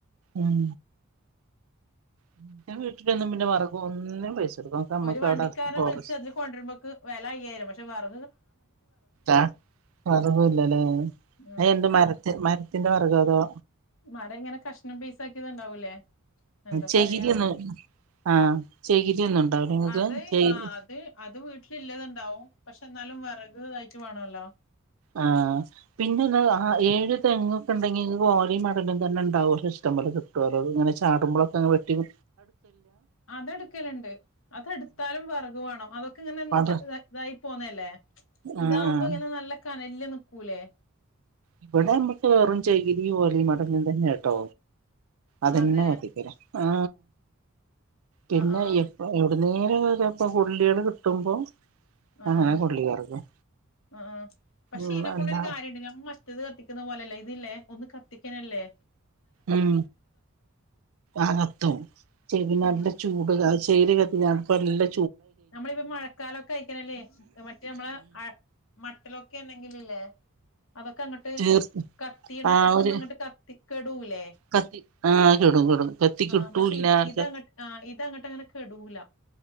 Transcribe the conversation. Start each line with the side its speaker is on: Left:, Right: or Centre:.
Right: ഉം ഉം ന്റെ വീട്ടിലന്നും പിന്നെ വെറെകൊ ഒന്നിനും പൈസ കൊടുക്കും ഒക്കെ നമ്മക്ക്
Left: ഒരു വണ്ടിക്കാരനെ
Right: അവിടെ അടുത്ത് ഫോറസ്റ്റാ
Left: വിളിച്ചതിൽ കൊണ്ടുവരുമ്പോക്ക് വെല അയ്യായിരം പക്ഷേ വറ
Right: ആ വെറകൂല്ലല്ലേ
Left: ഉം
Right: അ എന്റെ മരത്തെ മര ത്തിന്റെ വർകോ അതോ
Left: മര ഇങ്ങനെ കഷ്ണം പീസാ ക്കിയത്ണ്ടാവൂലേ എന്താ
Right: ചകിരിയൊന്നും
Left: പറയാ
Right: ആഹ് ചകിരിയൊന്നും ഉണ്ടാവില്ലേ നിങ്ങൾക്ക്
Left: അത്
Right: ചകിരി
Left: ആ അത് അത് വീട്ടിലില്ലതുണ്ടാവും പക്ഷേന്നാലും വിറക് തായിയിട്ട് വേണല്ലോ
Right: ആ പിന്നെല്ല ഏഴ് തെങ്ങൊക്കെ ഉണ്ടെങ്കി നിങ്ങക്ക് ഓലയും മടലും തന്നെ ഉണ്ടാവുല്ലോ ഇഷ്ടംപോലെ കിട്ടുവല്ലോ ഇങ്ങനെ ചാടുമ്പോഴൊക്കെ വെട്ടിടു
Left: അതെടുക്കലുണ്ട് അതെടുത്താലും വെർഗ് വേണം അതൊക്കെ ഇങ്ങനെ ഇ
Right: അത
Left: ഇതായി പോന്നല്ലേ
Right: ആഹ്
Left: ഇതാവുമ്പോ
Right: ആഹ്
Left: ഇങ്ങനെ നല്ല ല്ല് നിക്കൂലേ
Right: ഇവിടെ നമ്മുക്ക് വെറും ചൈകിരി ഓലെം മടലും തന്നെ കേട്ടോ അതന്നെ
Left: അതെ
Right: കത്തിക്കണം ആ പിന്നെ
Left: ആഹ് ആഹ്
Right: അ നേരായപ്പ കൊല്ലികള് കിട്ടുമ്പോ
Left: ആ
Right: അങ്ങനെ
Left: ആഹ്
Right: കൊള്ളി കറക്കും
Left: ആ ആഹ് പക്ഷെ
Right: ഉം
Left: ഇനെ
Right: അല്ല
Left: കൊണ്ടൊരു കാര്യുണ്ട് ഞാൻ മറ്റത് കത്തിക്കുന്ന പോലെയല്ല ഇതില്ലേ ഒന്ന് കത്തിക്കണേല്ലേ
Right: ഉം അ കത്തും ചെവി നല്ല
Left: ഉം
Right: ചൂട് ആ ചേര് കത്തിയാ പല്ല്
Left: നമ്മളിപ്പ മഴക്കാലൊക്കെ അയിക്കണല്ലേ മറ്റേ നമ്മള മട്ടലൊക്കെ ഉണ്ടെങ്കിലല്ലേ അതൊക്കെ അങ്ങട്ട്
Right: തീർത്ത്
Left: കത്തിന്ന്
Right: ആ
Left: പെട്ടന്ന്
Right: ഒരു
Left: അങ്ങട്ട് കത്തി കെടൂലേ
Right: കത്തി ആഹ് കെടും കെടും കത്തി കിട്ടൂല്ല
Left: ആ പക്ഷെ ഇ
Right: ആർക്ക
Left: ഇതങ്ങട്ട് ആ ഇതങ്ങട്ട് അങ്ങനെ കെടൂല